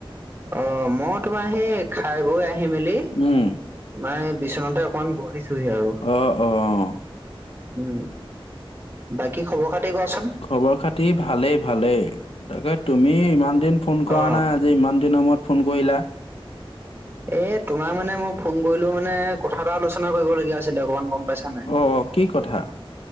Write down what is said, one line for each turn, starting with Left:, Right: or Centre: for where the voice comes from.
Right: অ মই তোমাৰ সেই খাই বৈ আহি মেলি
Left: উম।
Right: তোমাৰ এই বিচনাতে অকনমান বহিছোহি আৰু।
Left: অঁ অঁ।
Right: উম, বাকী খবৰ খাতি কোৱাচোন?
Left: খবৰ - খাতি ভালেই - ভালেই তাকে তুমি ইমান দিন ফোন কৰা
Right: অ
Left: নাই যে ইমান দিনৰ মোৰত ফোন কৰিলা।
Right: এ তোমাৰ মানে মই ফোন কৰিলো মানে কথা এটা আলোচনা কৰিবলগীয়া আছিলে অকমান গম পাইছা ন।
Left: অঁ কি কথা?